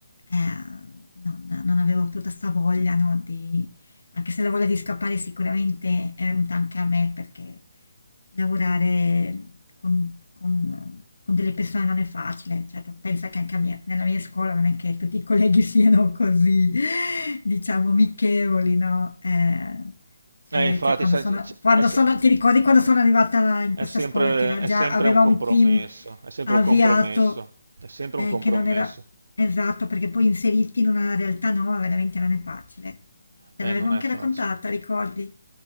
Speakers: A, on the left (about 85°); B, on the right (about 70°).
A: eh, non, non avevo tutta sta voglia, no, di anche se la voglia di scappare sicuramente è venuta anche a me perché lavorare con, con- con delle persone non è facile, cioè, tu pensa che anche a mia- nella mia scuola non è che tutti i colleghi <laughs> siano così, diciamo, amichevoli, no? Eh, cioè,
B: Eh, infatti,
A: cioè, quando
B: sai,
A: sono,
B: c- c-
A: quando
B: è, se-
A: sono, ti ricordi quando sono arrivata in
B: è
A: questa
B: sempre,
A: scuola che era
B: è
A: già,
B: sempre
A: aveva
B: un compromesso,
A: un team
B: è sempre
A: avviato
B: un compromesso, è sempre un
A: Ehm,
B: compromesso.
A: che non era esatto, perché poi inserirti in una realtà nuova veramente non è facile. Te
B: Eh,
A: l'avevo
B: non
A: anche
B: è facile.
A: raccontata, ricordi?